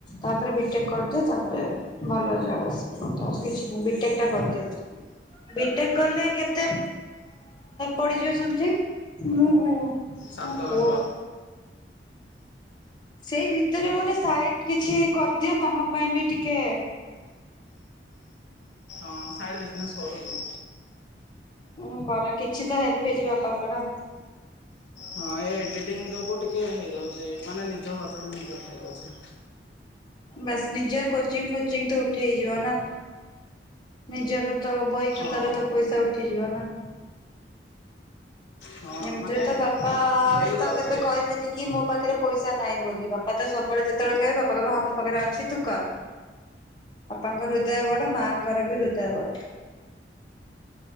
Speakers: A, on the left; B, on the left.
A: ତାପରେ ବିଟେକ୍ କରିଦିଅ ତାପରେ ଭଲ ଜବ ଆସଛି ବିଟୋ କରିଦିଅ ବିଟେକ୍ କଲେ କେତେ ପଡିଯିବ ସମଥିଙ୍ଗ ମୁଁ
B: ସାତ
A: ମୋ ପୁଅ
B: ଲକ୍ଷ
A: ସେଇ ଭିତରେ ଗୋଟେ ସାଇଟ କିଛି କରିଦିଅ ତମ ପାଇଁ ବି ଟିକେ
B: ହ ସାଇଡ଼୍ ବିଜନେସ୍ କରୁଚି
A: ହଁ କର କିଛି ତ ହେଲ୍ପ ହେଇଯିବ ବାପାଙ୍କର
B: ହଁ ଏ ଏଡ଼ିଟିଙ୍ଗ ଯୋଗୁଁ ଟିକେ ହେଇଯାଉଛି ମାନେ ନିଜ ଖର୍ଚ୍ଚଟା ନିଜେ ଉଠେଇଦୋଉଚି।
A: ବାସ୍ ନିଜ କୋଚିଂ ଫୋଚିଂ ତ ଉଠେଇହେଇଯିବ ନା ନିଜର ତ ବହି ଖାତାରେ
B: ହଁ
A: ତ ପଇସା ଉଠିଯିବ ନା
B: ହଁ
A: ଏମିତିରେ
B: ମାନେ
A: ତ ବାପା
B: ହେଇଯାଉଛି
A: ତ କେବେ କହିବେନି କି ମୋ ପାଖରେ ପଇସା ନାହିଁ ବୋଲି ବାପା ତ ସବୁବେଳେ ଯେତେବେଳେ କହିବେ ବାପା କହିବେ ହଁ ମୋ ପାଖରେ ଅଛି ତୁ କର ବାପାଙ୍କର ହୃଦୟ ବଡ ମାଆଙ୍କର ବି ହୃଦୟ ବଡ